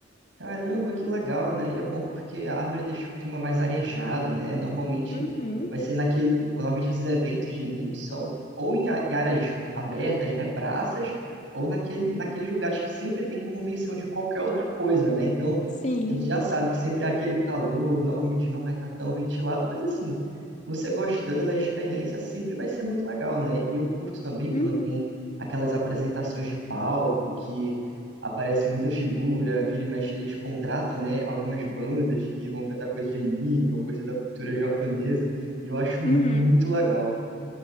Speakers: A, on the right (about 85°); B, on the left (about 40°).
A: Caramba, que legal, né? E é bom porque a árvore deixa o clima mais arejado, né? Normalmente
B: Uhum,
A: vai ser naquele. ou Normalmente esses eventos de anime são ou em, a- em áreas abertas, né? Praças, ou naquele, naqueles lugares que sempre tem convenção de qualquer outra coisa, né? Então
B: Sim.
A: a gente já sabe que sempre há aquele calor, normalmente não vai estar tão ventilado, mas assim, você gostando da experiência sempre vai ser muito legal, né? E eu curto também quando
B: Uhum.
A: tem aquelas apresentações de palco que aparece muita figura, vira e mexe eles contratam, né, algumas bandas que vão cantar coisa de anime ou coisa da cultura japonesa, e eu acho muito
B: Uhum.
A: legal.